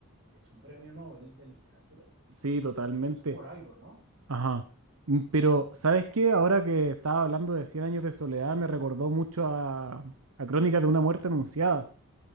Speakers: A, on the right; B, on the right.
A: es un premio Nobel de literatura, entonces
B: sí, totalmente.
A: eso es por algo, ¿no?
B: Ajá. Mm, Pero, ¿sabes qué? Ahora que estaba hablando de cien años de soledad, me recordó mucho a, a Crónicas de una muerte anunciada.